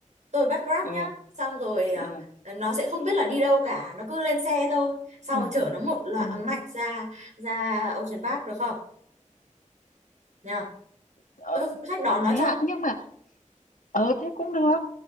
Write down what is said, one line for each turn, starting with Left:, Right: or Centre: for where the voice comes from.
Right: tôi bắt Grab
Left: ờ,
Right: nhá xong rồi ờ,
Left: ờ,
Right: nó sẽ không biết là đi đâu cả nó cứ lên xe thôi xong
Left: ừ,
Right: rồi chở nó một loạt
Left: ừ.
Right: mạch ra ra Ocean Park được không nhờ
Left: Ờ,
Right: tôi phụ trách đón nó
Left: thế ạ,
Right: cho
Left: nhưng mà ờ thế cũng được,